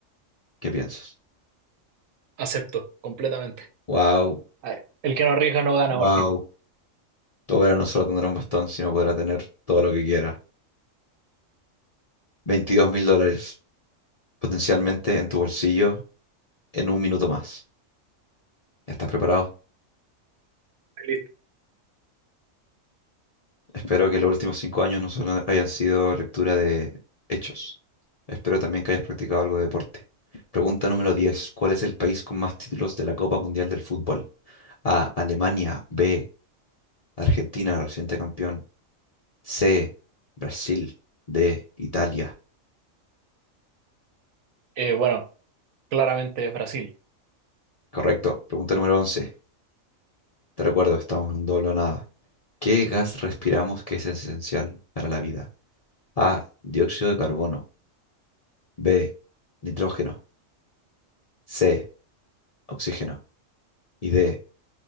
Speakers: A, on the left; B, on the right.
A: ¿Qué piensas?
B: Acepto, completamente.
A: Wow,
B: Ay, El que no arriesga no gana,
A: wow.
B: Martín.
A: Tu abuela no solo tendrá un bastón, sino podrá tener todo lo que quiera. Veintidós mil dólares potencialmente en tu bolsillo en un minuto más. ¿Estás preparado?
B: Listo.
A: Espero que los últimos cinco años no solo hayan sido lectura de hechos. Espero también que hayas practicado algo de deporte. Pregunta número 10: ¿Cuál es el país con más títulos de la Copa Mundial del Fútbol? A. Alemania. B. Argentina, reciente campeón. C. Brasil. D. Italia.
B: Eh, bueno, claramente es Brasil.
A: Correcto. Pregunta número once: Te recuerdo, estamos en un doble o nada. ¿Qué gas respiramos que es esencial para la vida? A. Dióxido de carbono. B. Nitrógeno. C. Oxígeno. Y D.